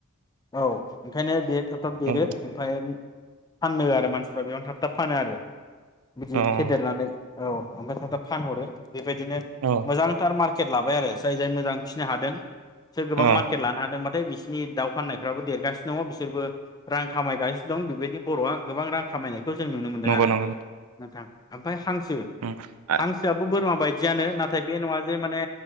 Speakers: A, on the left (about 20°); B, on the right (about 80°).
A: औ ओंखायनो बेयो थाब थाब देरो
B: नंगौ
A: ओमफ्राय फाननो आरो मानसिफ्रा बेयावनो थाब थाब फानो आरो। बिदि
B: अ
A: फेदेरनानै औ ओमफ्राय थाब थाब फानहरो बेबायदिनो
B: औ
A: मोजांथार मार पकेट लाबाय आरो जाय जाय मोजां फिसिनो हादों। सोर गोबां
B: औ
A: मार्केट लानो हादोंबाथाय बिस बिनि दाव फाननाय बिफ्राबो देरगासिनो दङ बिसोरबो। रां खामायगासिनो दं बेबायदि बर'आ गोबां रां खामायो। बेखौ जों नुनो मोन्दों
B: नंगौ
A: आरो
B: नंगौ
A: नोंथां। आमफाय हांसो
B: उम आ
A: हांसोआबो बोरमा बायदियानो नाथाय बे नङा जे माने